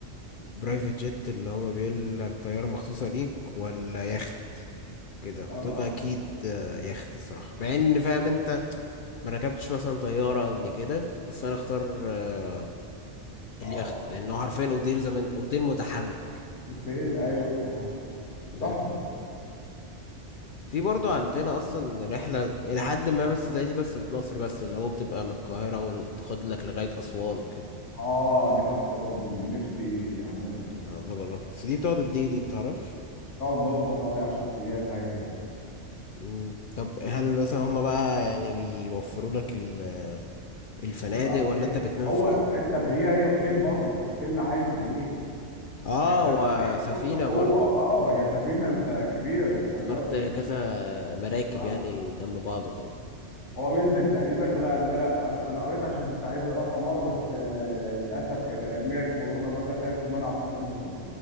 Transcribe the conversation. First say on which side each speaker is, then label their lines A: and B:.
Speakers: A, on the left; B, on the left.
A: برايفت جيت اللي هو بيقول لك طيارة مخصوصة ليك ولا يخت كده قلت
B: اه
A: له اكيد آه، يخت الصراحة مع ان فاهم انت ما ركبتش مثلا طيارة قبل كده بس انا اختار آه، اليخت
B: اه
A: لانه حرفيا اوتيل زمان اوتيل متحرك
B: اوتيل ايوه ده تحفه
A: بس في برضو عندنا اصلا رحله الى حد ما بس زي دي بس في مصر بس اللي هو بتبقى من القاهره وتاخد لك لغايه اسوان وكده
B: اه دي تحفه برضه دي نفسي اعملها دي
A: عايز اجربها بس دي بتقعد قد ايه دي انت تعرفش
B: تقعد برضه حوالي 10 ايام حاجه كده
A: مم. طب هل مثلا هما بقى يعني بيوفروا لك ال- الفنادق
B: بتبقى اوتيل
A: ولا انت بتنام
B: هو
A: فين
B: ال- انت في هي هي اوتيل برضه اوتيل عايم في النيل
A: اه
B: انت
A: وسفينه
B: بتبقى جوه
A: برضو
B: اه هي سفينه انت كبيره مش
A: افتكرت
B: صغيره
A: كذا مراكب
B: اه
A: يعني جنب بعض وخلاص
B: هو بينزل تقريبا اللي انا اللي انا انا قريت عشان كنت عايز اروحها مره بس آه، للاسف كانت اياميها الكورونا بقى دخلت ومنعوا الكلام ده كله